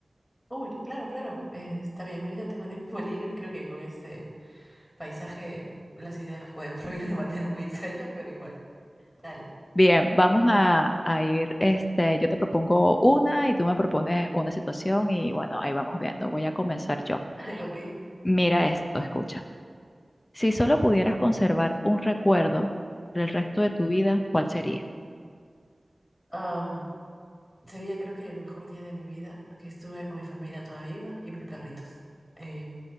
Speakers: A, on the left (about 20°); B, on the left (about 40°).
A: Uy, claro, claro. eh, está bien, ahorita tengo tiempo <laughs> libre. Creo que con este paisaje las ideas pueden <laughs> fluir de manera muy extraña, pero igual. Dale.
B: Bien, vamos a, a ir, este, yo te propongo una y tú me propones una situación y bueno, ahí vamos viendo. Voy a comenzar yo.
A: <laughs> Ok.
B: Mira esto, escucha. Si solo pudieras conservar un recuerdo por el resto de tu vida, ¿cuál sería?
A: Am, sería creo que el mejor día de mi vida, que estuve con mi familia toda viva y mis perritos. Eh,